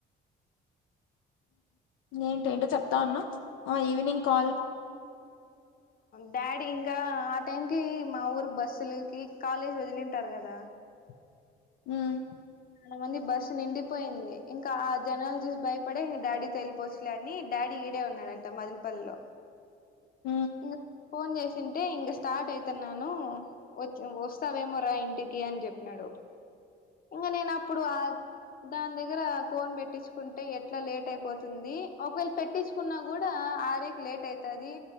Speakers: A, on the left; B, on the left.
A: ఏంటేంటో చెప్తా ఉన్నావ్ ఈవినింగ్ కాల్
B: డాడీ ఇంకా ఆ టైం కి మా ఊరి బస్సులుకి కాలేజీ వదిలింటారు కదా
A: <inaudible> ఉం
B: చాల మంది బస్సు నిండిపోయింది ఇంకా ఆ జనాల్ జూసి భయపడి డాడీ తో వెళ్లి పోవచ్చులే అని డాడీ ఈడే ఉన్నాడంట మదనపల్లిలో
A: ఉం
B: ఇంక ఫోన్ చేసింటే ఇంక స్టార్ట్ అయితున్నాను వ వస్తావేమో రా ఇంటికి అని చెప్పినాడు
A: ఆ
B: ఇంగ నేను అప్పుడు ఆ దాని దగ్గర కోన్ పెట్టించుకుంటే ఎట్లా లేట్ అయిపోతుంది ఒకవేళ పెట్టిచుకున్నా కూడా ఆరేకి లేట్ అయితది